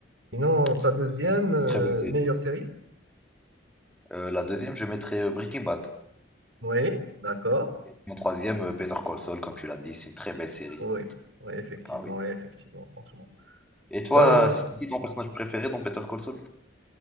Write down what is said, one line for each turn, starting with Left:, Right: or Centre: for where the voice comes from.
Right: sinon
Centre: c'est
Right: ta deuxième
Centre: c'est
Right: euh,
Centre: une très belle série.
Right: meilleure série?
Centre: Euh, la deuxième, je mettrais euh, Breaking Bad.
Right: Oui, d'accord.
Centre: Mon troisième, euh, Better Call Saul, comme tu l'as dit, c'est une très belle série.
Right: Oui, oui, effectivement,
Centre: Ah oui.
Right: oui, effectivement, franchement.
Centre: Et toi,
Right: Là,
Centre: euh, c'est qui ton personnage préféré dans Better Call Saul?